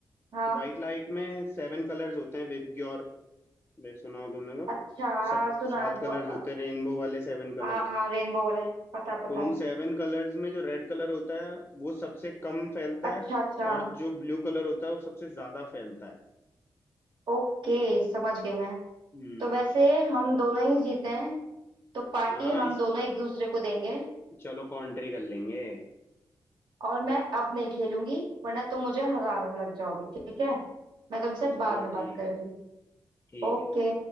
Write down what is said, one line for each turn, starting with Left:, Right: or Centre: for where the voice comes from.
Right: हाँ
Left: तो व्हाइट लाइट में सेवन कलर्स होते हैं विबग्योर ले सुना हो तुमने तो
Right: अच्छा हाँ
Left: सब
Right: सुना
Left: सात
Right: है वो
Left: कलर्स
Right: अ,
Left: होते हैं रेनबो वाले सेवन कलर्स
Right: हाँ हाँ रेनबो वाले पता पता
Left: तो उन
Right: है
Left: सेवन कलर्स में जो रेड कलर होता है वो सबसे कम फैलता
Right: अच्छा
Left: है
Right: अच्छा
Left: और जो ब्लू कलर होता है वो सबसे ज्यादा फैलता है
Right: ओके समझ गई मैं
Left: हम्म
Right: तो वैसे हम दोनों ही जीते हैं तो पार्टी
Left: हाँ
Right: हम
Left: इस
Right: दोनों एक दूसरे को देंगे
Left: चलो कॉन्ट्री कर लेंगे
Right: और मैं अब नहीं खेलूंगी वरना तुम मुझे हराने में लग जाओगे ठीक है मैं तुमसे
Left: चलो
Right: बाद में बात
Left: ठीक
Right: करूंगी
Left: है ठीक
Right: ओके
Left: है